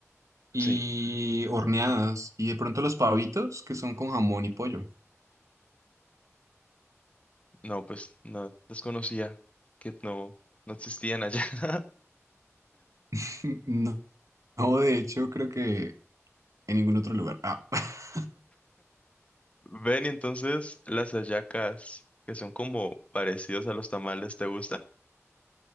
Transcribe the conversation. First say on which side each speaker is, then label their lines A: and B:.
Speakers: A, on the right; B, on the left.
A: y
B: Sí,
A: horneadas, y de pronto los pavitos, que son con jamón y pollo.
B: no, pues no, desconocía que no, no existían allá. <laughs>
A: <laughs> No, no, de hecho, creo que en ningún otro lugar. Ah, <laughs>
B: Ven, y entonces las hallacas, que son como parecidos a los tamales, ¿te gusta?